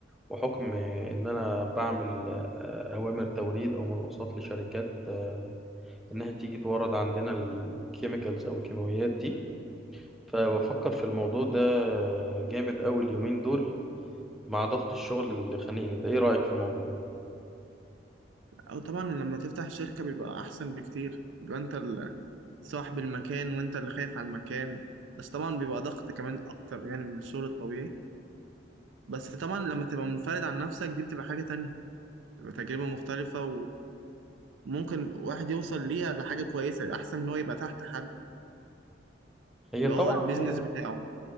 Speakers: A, in the centre; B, on the right (about 85°).
A: وحكم إن أنا بعمل آه، أوامر توريد أو مناقصات لشركات آه، إنها تيجي تورد عندنا الكيميكالز أو الكيماويات دي فبفكر في الموضوع ده آه، جامد أوي اليومين دول مع ضغط الشغل اللي خانقني ده إيه رأيك في الموضوع؟
B: أو طبعا لما تفتح شركة بيبقى أحسن بكتير بيبقى أنت ال- صاحب المكان وأنت اللي خايف على المكان بس طبعا بيبقى ضغط كمان أكتر يعني من الشغل الطبيعي بس طبعا لما تبقى منفرد عن نفسك دي بتبقى حاجة تانية بتبقى تجربة مختلفة وممكن واحد يوصل ليها لحاجة كويسة أحسن من هو يبقى تحت حد
A: هي
B: يبقى
A: طبعا
B: هو البيزنس
A: مم،
B: بتاعه